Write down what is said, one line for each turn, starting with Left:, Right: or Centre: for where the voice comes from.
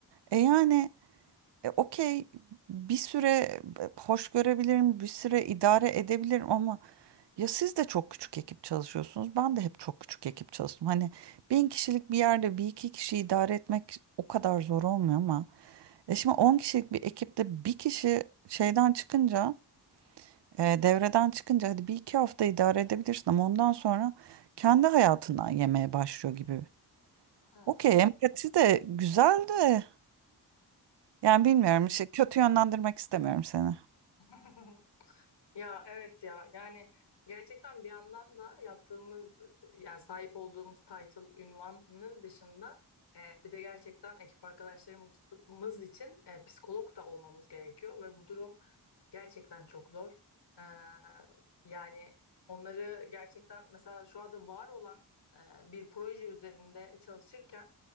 Right: E yani e, okey bir süre e, hoş görebilirim, bir süre idare edebilirim ama ya siz de çok küçük ekip çalışıyorsunuz. Ben de hep çok küçük ekip çalıştım. Hani bin kişilik bir yerde bir iki kişi idare etmek o kadar zor olmuyor ama. E şimdi 10 kişilik bir ekipte bir kişi şeyden çıkınca, e, devreden çıkınca hadi bir iki hafta idare edebilirsin ama ondan sonra kendi hayatından yemeye başlıyor gibi.
Left: Hı.
Right: Okey, empati de güzel de yani bilmiyorum işte kötü yönlendirmek istemiyorum seni.
Left: <laughs> Ya evet ya yani gerçekten bir yandan da yaptığımız yani sahip olduğumuz title ünvanının dışında e, bir de gerçekten ekip arkadaşlarımız için e, psikolog da olmamız gerekiyor ve bu durum Gerçekten çok zor. Ee, yani onları gerçekten mesela şu anda var olan e, bir proje üzerinde çalışırken